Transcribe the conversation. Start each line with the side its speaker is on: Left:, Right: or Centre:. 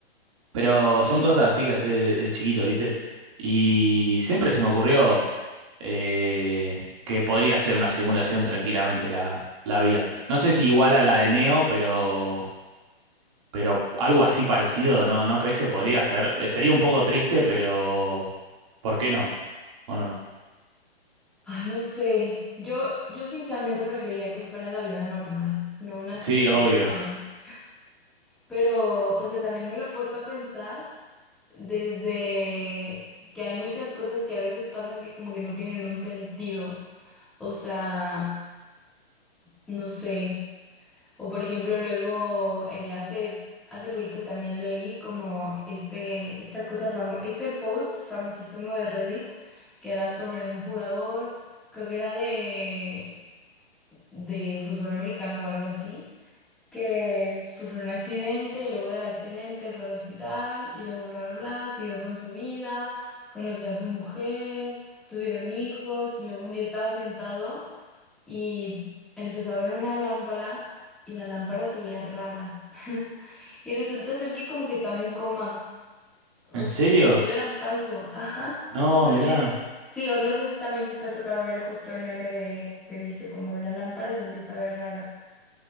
Right: Pero son cosas así que hace de, de chiquito, ¿viste? Y siempre se me ocurrió eh, que podría ser una simulación tranquilamente la, la vida. No sé si igual a la de Neo, pero... Pero algo así parecido, ¿no? ¿No crees que podría ser? Eh, Sería un poco triste, pero ¿por qué no? ¿O no?
Centre: Ay, no sé. Yo, yo sinceramente preferiría que fuera la vida normal, no una simulación.
Right: Sí, obvio.
Centre: Pero, o sea, también me lo he puesto a pensar desde que hay muchas cosas que a veces pasan que como que no tienen un sentido. O sea, no sé. O por ejemplo, luego eh, hace, hace poquito también leí como este, esta cosa famo- este post famosísimo de Reddit que era sobre un jugador, creo que era de, de fútbol americano o algo así que sufrió un accidente y luego del accidente fue al hospital y luego bla, bla, bla, siguió con su vida, conoció a su mujer, tuvieron hijos y luego un día estaba sentado y empezó a ver una lámpara y la lámpara se veía rara. <laughs> Y resulta ser que como que estaba en coma, o
Right: ¿En
Centre: sea,
Right: serio?
Centre: que todo era falso, <laughs> ajá.
Right: No,
Centre: No
Right: mirá.
Centre: sé. Sí, o no sé si también si te ha tocado ver justo el meme de que dice como la lámpara se empieza a ver rara.